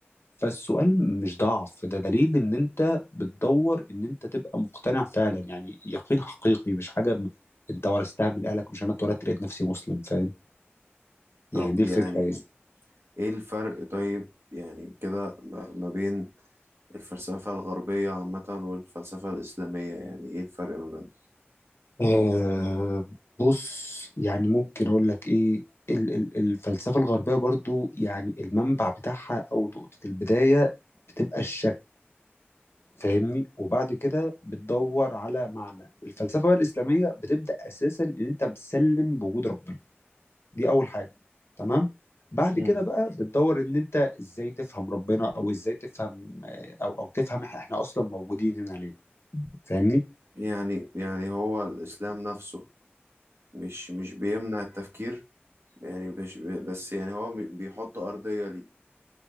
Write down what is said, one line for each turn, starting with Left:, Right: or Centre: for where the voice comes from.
Left: فالسؤال مش ضعف ده دليل ان انت بتدور ان انت تبقى مقتنع فعلا يعني يقين حقيقي مش حاجة م- انت ورثتها من اهلك مش انا اتولدت لقيت نفسي مسلم فاهم
Right: طب
Left: يعني دي
Right: يعني
Left: الفكرة يعني
Right: ايه الفرق طيب يعني كده ما ما بين الفلسفه الغربيه عامه والفلسفه الاسلاميه يعني ايه الفرق ما بينهم
Left: آه بص يعني ممكن اقول لك ايه ال- ال- الفلسفة الغربية برضو يعني المنبع بتاعها او نقطة البداية بتبقى الشك فاهمني وبعد كده بتدور على معنى الفلسفة بقى الإسلامية بتبدأ اساسا ان انت بتسلم بوجود ربنا دي اول حاجة تمام بعد
Right: مم.
Left: كده بقى بتدور ان انت ازاي تفهم ربنا او ازاي تفهم آه، او او تفهم احنا اصلا موجودين هنا ليه فاهمني
Right: يعني يعني هو الاسلام نفسه مش مش بيمنع التفكير يعني مش بس يعني هو بيحط ارضيه ليه